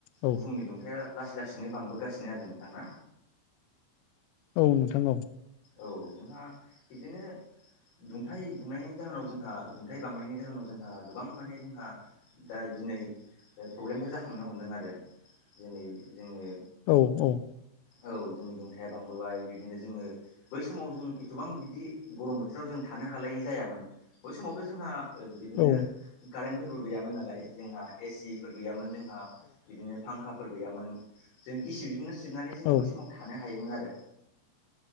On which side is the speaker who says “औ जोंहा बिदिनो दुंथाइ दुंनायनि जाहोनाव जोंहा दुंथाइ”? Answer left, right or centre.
Left